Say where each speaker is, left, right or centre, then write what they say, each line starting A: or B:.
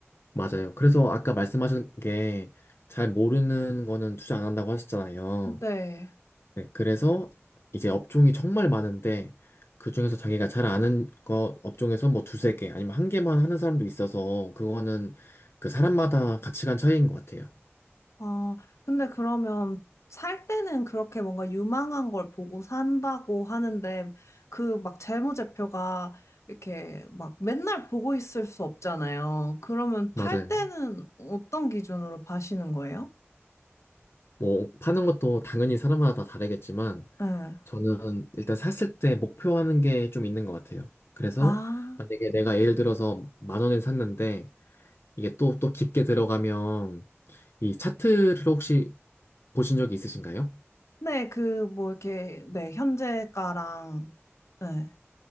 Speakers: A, on the left; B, on the left.
A: 맞아요. 그래서 아까 말씀하신 게 잘 모르는 거는 투자 안 한다고 하셨잖아요.
B: 네.
A: 네, 그래서 이제 업종이 정말 많은데 그중에서 자기가 잘 아는 거 업종에서 뭐 두세 개 아니면 한 개만 하는 사람도 있어서 그거는 그 사람마다 가치관 차이인 것 같아요.
B: 어, 근데 그러면 살 때는 그렇게 뭔가 유망한 걸 보고 산다고 하는데 그 막 재무제표가 이렇게 막 맨날 보고 있을 수 없잖아요. 그러면
A: 맞아요.
B: 팔 때는 어떤 기준으로 파시는 거예요?
A: 뭐 파는 것도 당연히 사람마다 다 다르겠지만
B: 네.
A: 저는 일단 샀을 때 목표하는 게 좀 있는 것 같아요. 그래서
B: 아,
A: 만약에 내가 예를 들어서 만 원에 샀는데 이게 또 또 깊게 들어가면 이 차트를 혹시 보신 적이 있으신가요?
B: 네, 그 뭐 이렇게 네, 현재가랑 네.